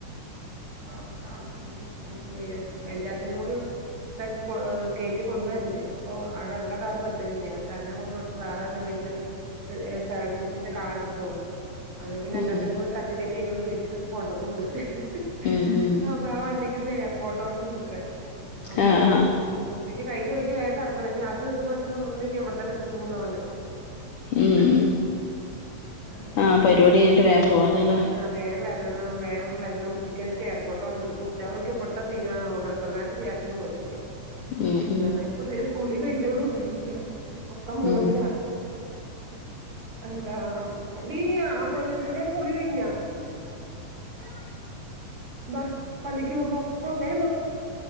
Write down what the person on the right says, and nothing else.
പാവം കാറുംകൊണ്ട് <unintelligible> എല്ലാത്തിനുങ്കൂടി ഇതാക്കി കൊ കേറ്റി കൊണ്ട്വരണ്ടേ അപ്പോ അവിടെള്ള കാറ് പറ്റണില്ല എന്നിട്ടതിനെ കൊണ്ട് വേറൊരെണ്ണം വലുത് സെവൻ സീറ്റിന്റെ കാറ് എടുത്ത് വന്നു അത് പിന്നെ
എല്ലാത്തിനെ കൂടി തട്ടികേറ്റി അയിനുള്ളി കേറ്റിട്ട് കൊണ്ടൊന്നൂങ്ങട് ഹ്ഹ്
അപ്പൊ ആ വണ്ടിക്ക്ന്ന് എയർപോർട്ടോട്ടം ഇണ്ട്ത്രേ അപ്പൊ
ഉച്ചക്ക് കഴിഞ്ഞ വയിക്ക് വേഗറങ്ങണം നി അത് ഇത് പറഞ്ഞിട്ട് ഇവിടെനിന്നിണ്ടെ അവിടെ തന്നെ ഇട്ടിട്ട് പോവുന്ന പറഞ്ഞേക്കണത്
ഹ്ഹ് അങ്ങനെ
ആഹ് വേം വര വരണംന്ന വേം വരണം ഉച്ചക്കെവര്ക്ക് എയർപോർട്ടോട്ടണ്ട്. പ്പൊ ഉച്ചാമ്പത്ത്ക്ക് ഇബ്ടത്തെ തീരുവാണോ ഇവിടെത്ര നേരം സീയാത്തിന് പോയി ല്യ
എപ്പഴാണ
ഇപ്പിള്ളേര് കുളി കഴിഞ്ഞോന്നും അറിയില്ല്യ ഒക്കെ മോളിലാ
എന്താ ടീയ പൊന്നൂസിന്റെക്കെ കുളികഴിഞ്ഞാ <unintelligible> ബാ പള്ളിക്ക് പോം പോ വേഗം പോ